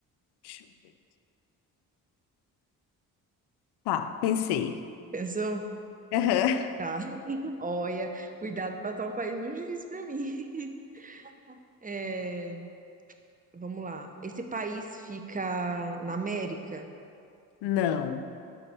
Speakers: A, on the left; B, on the right.
A: deixa eu ver. Tá, pensei.
B: Pensou?
A: Aham.
B: Tá. <laughs> Olha, cuidado pra tá um país muito difícil pra mim. <laughs> É, vamos lá. Esse país fica na América?
A: <laughs> Não,